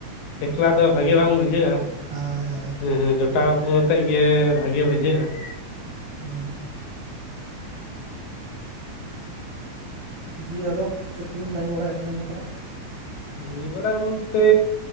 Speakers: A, on the left; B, on the right.
A: ᱮᱠᱞᱟ ᱫᱚ ᱵᱷᱟᱜᱮ ᱵᱟᱝ ᱵᱩᱡᱷᱟᱹᱜᱼᱟ,
B: ᱦᱳᱭ ᱦᱳᱭ
A: ᱦᱮᱸ ᱦᱮᱸ <unintelligible> ᱠᱚ ᱟᱛᱮᱜ ᱜᱮ ᱵᱷᱟᱜᱮ ᱵᱩᱡᱷᱟᱹᱜᱼᱟ ᱾
B: <inaudible>
A: <unintelligible>
B: ᱫᱤᱭᱮ ᱟᱫᱚ ᱪᱮᱫ ᱠᱚᱵᱤᱱ ᱠᱟᱹᱢᱤ ᱵᱟᱲᱟᱭᱮᱜᱼᱟ ᱛᱮᱦᱮᱧ ᱜᱟᱯᱟ ᱫᱚ?
A: ᱠᱟᱹᱢᱤ ᱵᱟᱲᱟ ᱵᱚᱞᱛᱮᱻ